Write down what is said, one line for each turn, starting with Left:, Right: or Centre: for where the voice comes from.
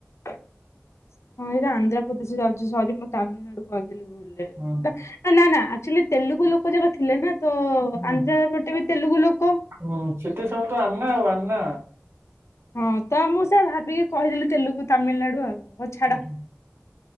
Left: ହଁ ଏଇଟା ଆନ୍ଧ୍ରପ୍ରଦେଶ ଯାଉଚି ସରି ମୁଁ ତାମିଲନାଡୁ କହି ଭୁଲ ରେ
Right: ହୁଁ
Left: ବା ନା ନା ଆଚୁଲି ତେଲୁଗୁ ଲୋକ ଯାକ ଥିଲେ ନା ତୋ
Right: ହୁଁ
Left: ଆନ୍ଧ୍ରା ପଟେ ବି ତେଲୁଗୁ ଲୋକ
Right: ହୁଁ, ସେଠି ସବୁ ତ ଆନା ଆଉ ଆନା
Left: ହଁ ତ ମୁଁ ସେୟା ଭାବିକି କହିଦେଲି ତେଲୁଗୁ ତାମିଲନାଡୁ ଆଉ ହଉ ଛାଡ
Right: ହୁଁ